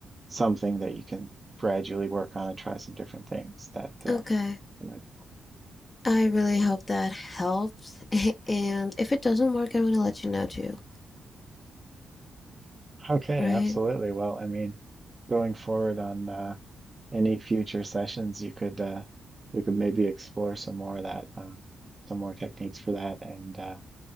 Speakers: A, on the right; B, on the left.
A: something that you can gradually work on and try some different things that uh
B: Okay.
A: might-
B: I really hope that helps. <laughs> And if it doesn't work, I'm gonna let you know too,
A: Okay,
B: right?
A: absolutely. Well, I mean, going forward on uh any future sessions, you could uh we could maybe explore some more of that uh some more techniques for that and uh